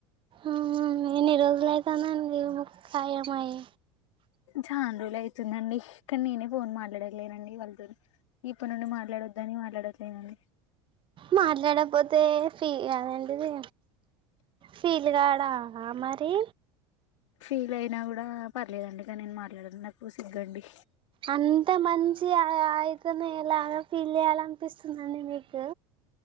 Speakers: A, on the right (about 35°); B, on the left (about 80°).
A: ఆ హ ఎన్ని రోజులు అయితాందండి మీ వు కాయం అయి
B: చాన్ రోజులయితుందండి కన్ నేనే ఫోన్ మాట్లాడతాలేనండి వాళ్ళతోని ఇప్పుడ్ నుండి మాట్లాడొద్దని మాట్లాడట్లేనండి
A: మాట్లాడకపోతే ఫీ అదేంటిది ఫీల్గాడా మరి
B: ఫీల్ అయినా గుడా పర్లేదండి కాన్ నేను మాట్లాడను నాకు సిగ్గండి
A: అంత మంచి అయ్ ఆయితేనే ఎలాగా ఫీల్ చేయ్యాలనిపిస్తుందండి మీకు